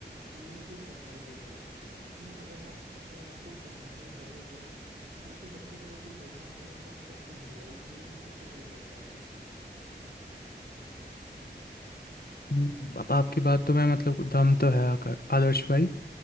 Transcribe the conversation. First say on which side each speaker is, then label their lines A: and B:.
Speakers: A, on the right; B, on the left.
A: जीवन की एक सच्चाई है भाई कि अगर आप अपने आप को सुधारने लगोगे तो उसमें सबसे बड़ा जो योगदान होगा वो आपका खुद होगा ये जीवन में सबसे बड़ी सच्चाई है
B: हम्म, अब आपकी बात तो मैं मतलब दम तो है आकर- आदर्श भाई